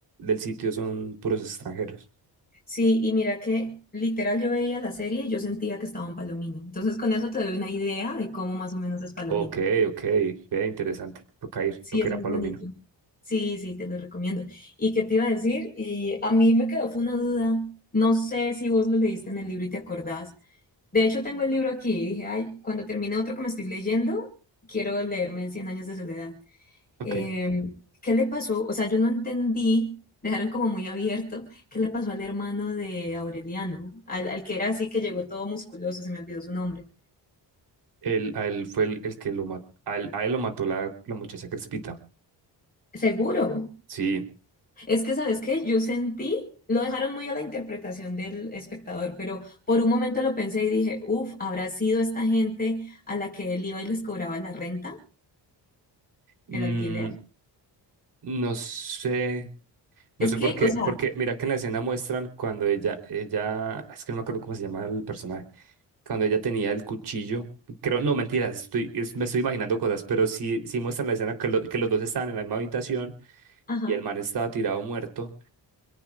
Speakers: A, on the right (about 65°); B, on the left (about 20°).
A: sitio son puros extranjeros.
B: Sí, y mira que literal yo veía la serie y yo sentía que estaba en Palomino. Entonces con eso te doy una idea de cómo más o menos es Palomino.
A: Ok, ok, ve, interesante. Toca ir,
B: Sí,
A: toca
B: es
A: ir
B: muy
A: a Palomino.
B: bonito. Sí, sí, te lo recomiendo. ¿Y qué te iba a decir? Y a mí me quedó fue una duda. No sé si vos lo leíste en el libro y te acordás, De hecho, tengo el libro aquí y dije, ay, cuando termine otro que me estoy leyendo, quiero leerme Cien años de soledad.
A: Ok.
B: Eh, ¿qué le pasó? O sea, yo no entendí, dejaron como muy abierto, ¿qué le pasó al hermano de Aureliano? Al, al que era así, que llegó todo musculoso, se me olvidó su nombre.
A: Él, a él fue el, el que lo mató, a él, a él lo mató la, la muchacha Crespita.
B: Seguro.
A: Sí.
B: Es que, ¿sabes qué? Yo sentí, lo dejaron muy a la interpretación del espectador, pero por un momento lo pensé y dije, uff, ¿habrá sido esta gente a la que él iba y les cobraba la renta,
A: Mm,
B: el alquiler?
A: no sé, no
B: Es
A: sé
B: que,
A: por qué,
B: o sea...
A: porque mira que en la escena muestran cuando ella, ella, es que no me acuerdo cómo se llama el personaje, cuando ella tenía el cuchillo. Creo, no, mentiras, estoy, es- me estoy imaginando cosas, pero sí, sí muestran la escena que, lo- que los dos estaban en la misma habitación
B: Ajá.
A: y el man estaba tirado muerto